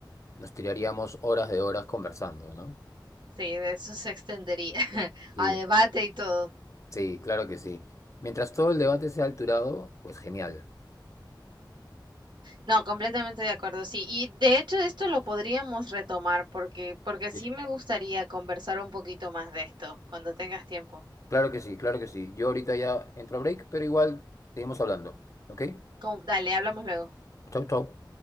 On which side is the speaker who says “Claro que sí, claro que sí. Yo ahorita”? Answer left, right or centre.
Left